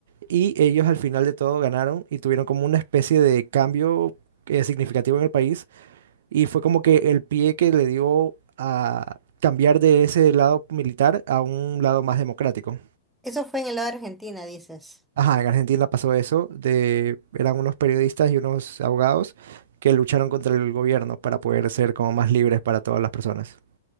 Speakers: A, on the right (about 65°); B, in the centre.
A: y ellos al final de todo ganaron y tuvieron como una especie de cambio eh, significativo en el país y fue como que el pie que le dio a cambiar de ese lado militar a un lado más democrático.
B: Eso fue en el lado de Argentina, dices.
A: Ajá, en Argentina pasó eso, de, eran unos periodistas y unos abogados que lucharon contra el gobierno para poder ser como más libres para todas las personas.